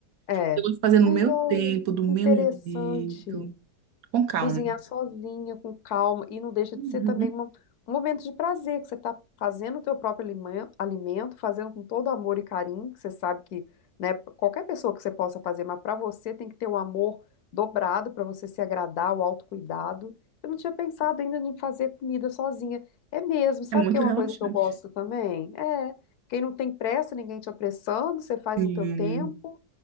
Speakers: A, on the left; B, on the right.
A: é,
B: Eu gosto de fazer no
A: mas
B: meu
A: olha,
B: tempo, do meu
A: que interessante.
B: jeito, com calma.
A: cozinhar sozinha, com calma, e não deixa
B: Uhum.
A: de ser também uma- um momento de prazer, que você está fazendo o teu próprio alimen- alimento, fazendo com todo amor e carinho, que você sabe que, né, qualquer pessoa que você possa fazer, mas para você tem que ter o amor dobrado para você se agradar, o autocuidado. Eu não tinha pensado ainda em fazer comida sozinha. É mesmo, sabe
B: É muito
A: que é uma
B: relaxante.
A: coisa que eu gosto também? É, quem não tem pressa, ninguém te apressando, você faz
B: Sim,
A: no teu tempo.